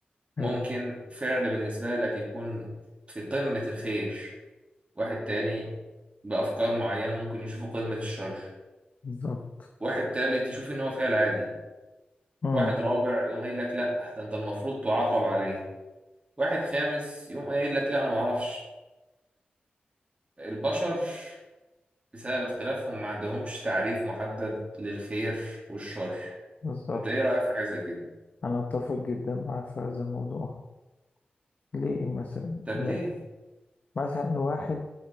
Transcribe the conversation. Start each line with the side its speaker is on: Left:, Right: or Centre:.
Right: ممكن
Left: حلو
Right: فعل بالنسبة لك يكون في قمة الخير واحد تاني بأفكار معينة ممكن يشوفه قمة الشر
Left: بالظبط
Right: واحد تالت يشوف إن هو فعل عادي
Left: امم
Right: واحد رابع يقوم قايل لك لأ ده أنت المفروض تعاقب عليه واحد خامس يقوم قايل لك لأ أنا معرفش البشر بسبب اختلافهم ما عندهمش تعريف محدد للخير والشر
Left: بالظبط
Right: أنت إيه رأيك في حاجة زي كده؟
Left: انا اتفق جدا معاك في هذا الموضوع ليه مثلا
Right: طب
Left: لا
Right: ليه؟
Left: مثلا واحد